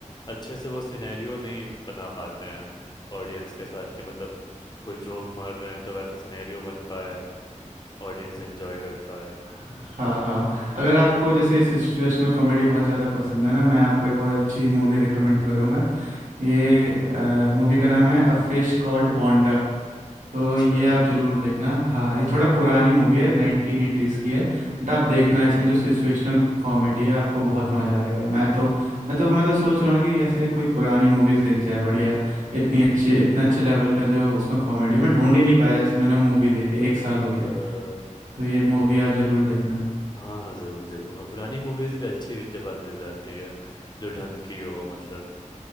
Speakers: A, on the left (about 35°); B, on the right (about 75°).
A: अच्छे से वो सिनेरियो नहीं बना पाते हैं ऑडियंस के साथ कि मतलब कोई जोक मार रहे हैं तो वैसा सिनेरियो बन पाए ऑडियंस एंजॉय कर पाए
B: हाँ हाँ अगर आपको जैसे सिचुएशनल कॉमेडी बहुत ज़्यादा पसंद है ना मैं आपको एक बहुत अच्छी मूवी रिकमेंड करूँगा ये मूवी का नाम
A: हम्म
B: है अ
A: हम्म
B: फिश कॉल्ड वांडा तो
A: अच्छा
B: ये आप ज़रूर देखना हाँ ये थोड़ा पुरानी मूवी है नाइनटीन एटीज़ की है बट आप देखना
A: ओके
B: इसमें जो सिचुएशनल कॉमेडी है आपको बहुत मज़ा आएगा मैं तो मैं तो मैं तो सोच रहा हूँ कि ऐसे कोई पुरानी मूवीज़ दिख जाए बढ़िया इतनी अच्छे इतने अच्छे लेवल का जो उसमें कॉमेडी है
A: हाँ
B: मैं ढूंढ ही नहीं पाया जब से मैंने वो मूवी देखी एक साल हो गया
A: अ,
B: है तो ये मूवी आप ज़रूर देखना
A: हाँ हाँ जरूर देखूंगा पुरानी मूवीज भी अच्छी कितने बार मिल जाती है जो ढंग की हो मतलब